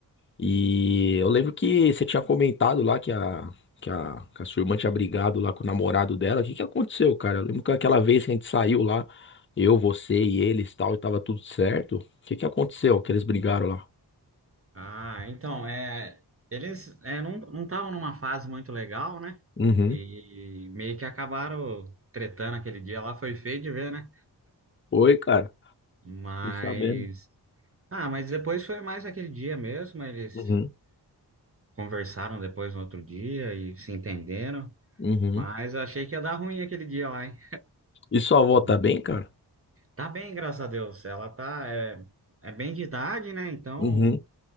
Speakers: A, on the left (about 30°); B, on the right (about 35°).
A: E eu lembro que você tinha comentado lá que a, que a, que a sua irmã tinha brigado lá com o namorado dela. O que que aconteceu, cara? Eu lembro que aquela vez que a gente saiu lá, eu, você e eles e tal, e tava tudo certo. O que que aconteceu que eles brigaram lá?
B: Ah, então, é, eles é, não não estavam numa fase muito legal, né?
A: Uhum.
B: E meio que acabaram tretando aquele dia lá, foi feio de ver, né?
A: Oi, cara.
B: Mas.
A: E sabendo.
B: Ah, mas depois foi mais aquele dia mesmo, eles
A: Uhum.
B: conversaram depois no outro dia e se entenderam.
A: Uhum.
B: Mas eu achei que ia dar ruim aquele dia lá, hein?
A: E sua avó
B: E
A: tá bem, cara?
B: Tá bem, graças a Deus. Ela tá. É, é bem de idade, né? Então.
A: Uhum.